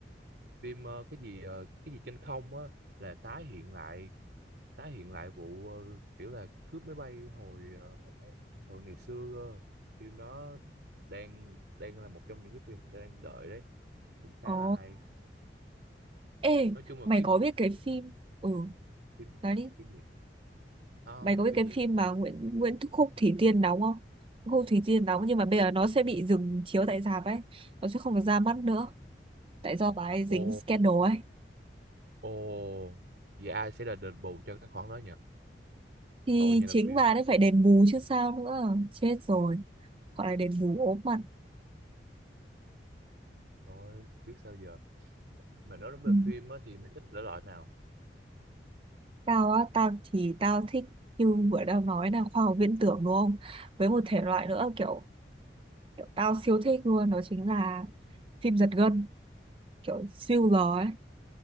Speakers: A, on the right (about 65°); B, on the right (about 30°).
A: phim ờ, cái gì ờ, cái gì trên không á là tái hiện lại tái hiện lại vụ ờ, kiểu là cướp máy bay hồi ờ, hồi ngày xưa cơ. Phim đó đang đang là một trong những cái phim người ta đang đợi đấy cũng khá
B: ồ
A: là hay
B: ê
A: nói chung là
B: mày
A: kiếm
B: có biết cái phim ừ
A: phim
B: nói đi
A: phim gì à,
B: mày có biết
A: phim
B: cái
A: gì
B: phim mà Nguyễn Nguyễn Khúc Thủy Tiên đóng không Khúc Thủy Tiên đóng nhưng mà bây giờ nó sẽ bị dừng chiếu tại rạp ấy nó sẽ không được ra mắt nữa tại do bà ấy dính
A: ồ
B: scandal ấy
A: ồ vậy ai sẽ là đền bù cho cái khoản đó nhỉ
B: thì
A: tội nhà làm
B: chính
A: phim
B: bà
A: vậy
B: ấy phải đền bù chứ sao nữa chết rồi gọi là đền bù ốm mặt
A: thôi biết sao giờ mà nói đến về
B: ừ.
A: phim á thì mày thích thể loại nào
B: Tao á, tao thì tao thích như vừa tao nói là khoa học viễn tưởng đúng không? Với một thể loại nữa kiểu, kiểu tao siêu thích luôn đó chính là phim giật gân kiểu thriller ấy.